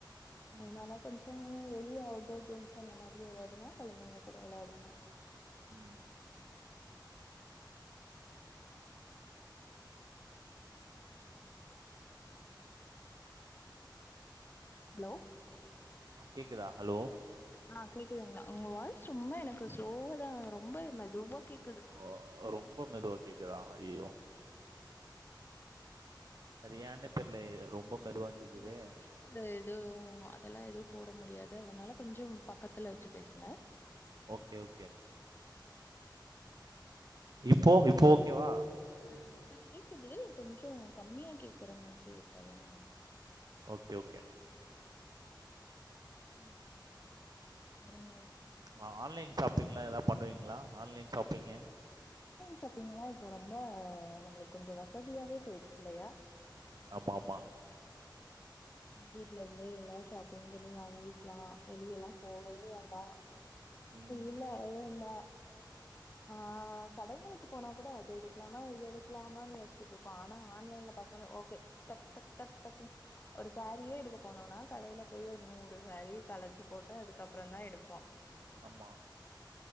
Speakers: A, on the right; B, on the left.
A: ம்.
B: அதனால கொஞ்சோ அ வெளிய அவுட்டோர் கேம்ஸ் அந்த மாதிரி வெளையாட்டுனா கொழந்தைங்க கூட வெளாடுவோ
A: ம்
B: <unintelligible> சொ ஹலோ
A: கேக்குதா ஹலோ
B: அ கேக்குதுங்களா உங்க வாய்ஸ் ரொம்ப எனக்கு ஸ்லோவா தா ரொம்ப மெதுவா கேக்
A: ஒ ரொம்ப மெதுவா கேக்குதா ஐயோ அது ஏனே தெரிலே ரொம்ப மெதுவா கேக்குதே.
B: இதுல ஸ்பீக்கரு எதுவு அதெல்லா எதுவு போட முடியாது அதனால கொஞ்சும் பக்கத்துல வச்சு பேசுங்க
A: ஓகே ஓகே இப்போ இப்போ ஓகே வா
B: ஆ இப்ப கேக்குது கொஞ்சோ கம்மியா கேக்குற மாதிரி இருக்குது அதனால தா
A: ஓகே ஓகே
B: சொல்லுங்க வேறென்ன
A: ஆ ஆன்லைன் ஷாப்பிங்லா எதா பண்ணுவீங்களா ஆன்லைன் ஷாப்பிங்கு
B: ஷாப்பீங்கனா இப்ப ரொம்ப நம்மளுக்கு கொஞ்சோ வசதியாவே போயிருச்சு இல்லையா
A: ஆமாமா.
B: வீட்ல இருந்தே எல்லாரு ஷாப்பிங் பண்ணி வாங்கிக்கலா வெளிய எல்லா போகவே வேண்டா
A: ம்.
B: இல்ல அதுவு தா ஆஹ் கடைங்களுக்கு போனா கூட அது எடுக்கலாமா இது எடுக்கலாமான்னு யோசிச்சட்டு இருக்கோ ஆனா ஆன்லைன்ல பாக்கும் போது ஓகே டக் டக் டக் டக் ஒரு சாரியே எடுக்க போனோனா கடையில போய் ஒரு நூறு சாரி கலைச்சு போட்டு அதுக்கப்புறந்தா எடுப்போ
A: ஆமா